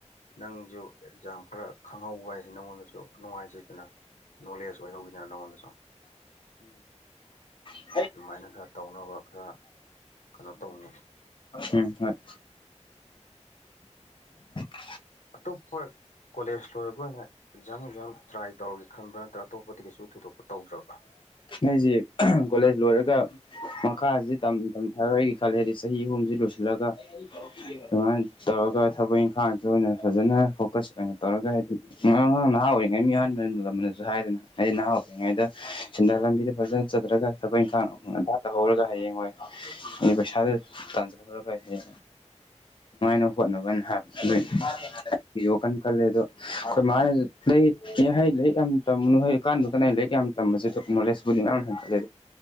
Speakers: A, on the left (about 85°); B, on the left (about 40°).
A: ꯅꯪꯖꯨ ꯑꯦꯛꯖꯥꯝ ꯈꯔ ꯈꯪꯍꯧꯕ ꯍꯥꯏꯖꯦ ꯅꯪꯉꯣꯟꯗꯁꯨ ꯅꯨꯡꯉꯥꯏꯖꯩꯗꯅ ꯅꯣꯂꯦꯖ ꯑꯣꯏꯍꯧꯋꯤꯗꯅ ꯅꯪꯉꯣꯟꯗꯁꯨ
B: ꯎꯝ
A: ꯑꯗꯨꯃꯥꯏꯅ ꯈꯔ ꯇꯧꯅꯕ ꯈꯔ ꯀꯩꯅꯣ ꯇꯧꯅꯤ
B: ꯎꯝ ꯍꯣꯏ <unintelligible>
A: ꯑꯇꯣꯞꯄꯠ ꯀꯣꯂꯦꯖ ꯂꯣꯏꯔꯛꯄ ꯑꯣꯏꯅ ꯑꯦꯛꯖꯥꯝ ꯑꯦꯛꯖꯥꯝ ꯇ꯭ꯔꯥꯏ ꯇꯧꯔꯒꯦ ꯈꯟꯕ꯭ꯔꯥ ꯅꯠꯇ꯭ꯔꯒ ꯑꯇꯣꯞꯄꯗꯒꯤ ꯀꯩꯁꯨ ꯊꯣꯏꯗꯣꯛꯄ ꯇꯧꯗ꯭ꯔꯥꯕ
B: ꯑꯩꯖꯤ ꯀꯣꯂꯦꯖ ꯂꯣꯏꯔꯒ ꯃꯈꯥꯁꯤꯊꯥꯔꯣꯏꯒ ꯈꯜꯂꯦ ꯍꯥꯏꯗꯤ ꯆꯍꯤ ꯑꯍꯨꯝꯁꯤ ꯂꯣꯏꯁꯤꯜꯂꯒ ꯑꯗꯨꯃꯥꯏꯅ ꯇꯧꯔꯒ ꯊꯕꯛ ꯏꯪꯈꯥꯡꯗ ꯑꯣꯏꯅ ꯐꯖꯅ ꯐꯣꯀꯁ ꯑꯣꯏꯅ ꯇꯧꯔꯒ ꯍꯥꯏꯗꯤ ꯑ ꯅꯍꯥ ꯑꯣꯏꯔꯤꯉꯩ ꯃꯤ ꯑꯍꯥꯟ ꯂꯃꯗꯁꯨ ꯍꯥꯏꯗꯅ ꯑꯩ ꯅꯍꯥ ꯑꯣꯏꯔꯤꯉꯩꯗ ꯁꯦꯟꯗꯥ ꯂꯝꯕꯤꯗ ꯐꯖꯅ ꯆꯠꯇꯊ꯭ꯔꯒ ꯊꯕꯛ ꯏꯪꯈꯥꯡꯟꯊꯥꯛꯇꯍꯧꯔꯒ ꯍꯌꯦꯡ ꯍꯣꯏ ꯑꯗꯤ ꯄꯩꯁꯥꯗꯨ ꯇꯥꯟꯖ ꯐꯔ ꯀꯥꯏ ꯍꯥꯏ ꯅꯨꯡꯉꯥꯏꯅꯕ ꯍꯣꯠꯅꯕꯅ ꯍꯥꯏꯕ ꯑꯗꯨ ꯑꯩꯒꯤꯁꯨ ꯋꯥꯈꯜ ꯈꯜꯂꯦ ꯑꯗꯣ ꯑꯩꯈꯣꯏ ꯃꯥꯅꯁꯨ ꯂ ꯑꯦ ꯍꯩ ꯂꯥꯏꯛ ꯌꯥꯝ ꯇꯝꯃꯅꯨ ꯍ ꯀꯥꯟꯗꯨ ꯀꯅꯥꯩ ꯂꯥꯏꯔꯤꯛ ꯌꯥꯝ ꯇꯝꯕꯁꯤ ꯅꯣꯂꯦꯖꯄꯨꯗꯤ ꯌꯥꯝꯌꯥꯝ ꯍꯦꯟꯒꯠꯂꯦ